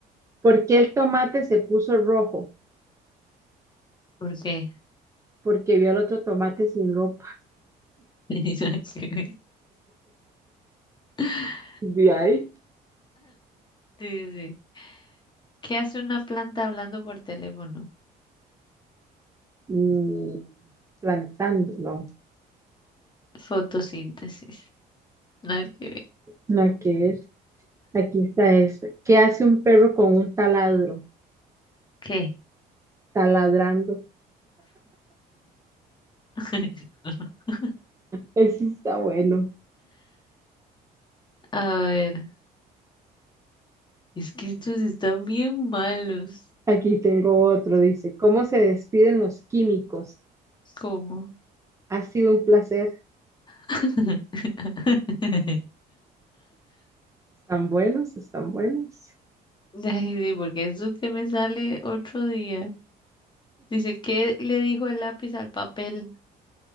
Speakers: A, on the right; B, on the left.
A: ¿Por qué el tomate se puso rojo?
B: ¿Por qué?
A: Porque vio al otro tomate sin ropa.
B: <laughs> <laughs>
A: De ahí,
B: Sí, sí. sí. ¿Qué hace una planta hablando por teléfono?
A: mm, plantando. No,
B: Fotosíntesis. Nada que ver.
A: nada que ver. Aquí está esta. ¿Qué hace un perro con un taladro?
B: ¿Qué?
A: Taladrando.
B: <laughs>
A: Ese está bueno.
B: A ver, es que estos están bien malos.
A: Aquí tengo otro. Dice, ¿cómo se despiden los químicos?
B: ¿Cómo?
A: Ha sido un placer.
B: <laughs>
A: Están buenos, están buenos.
B: Ay, sí, porque eso que me sale otro día. Dice, ¿qué le dijo el lápiz al papel?